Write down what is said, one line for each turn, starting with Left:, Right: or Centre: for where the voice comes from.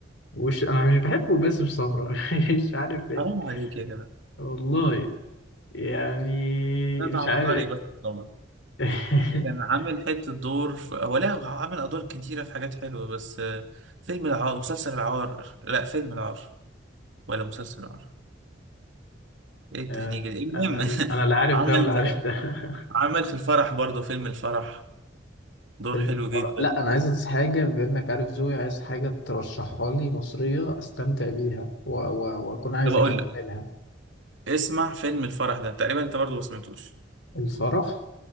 Left: وش انا مش بحبه باسم سمرة <laughs> مش عارف ايه
Right: حرام عليك يا جدع
Left: والله يعني
Right: ده ده
Left: مش
Right: عبقري
Left: عارف
Right: باسم سمرة
Left: <laughs>
Right: ده كان عامل حتة دور في... هو لا هو عامل ادوار كتيرة في حاجات حلوة بس آه، فيلم العار مسلسل العار لا فيلم العار ولا مسلسل العار ايه التهنيجة
Left: آه،
Right: دي المهم
Left: انا انا
Right: <laughs>
Left: لا عارف
Right: عمل
Left: ده ولا عارف ده <laughs>
Right: عمل في الفرح برضه فيلم الفرح دور
Left: فيلم
Right: حلو جدا
Left: الفرح. لا انا عايز حاجة بانك عارف ذوقي عايز حاجة ترشحها لي مصرية استمتع بيها و- و- واكون عايز
Right: طب اقول
Left: اكملها
Right: لك اسمع فيلم الفرح ده تقريبا انت برضه ما سمعتوش
Left: الفرح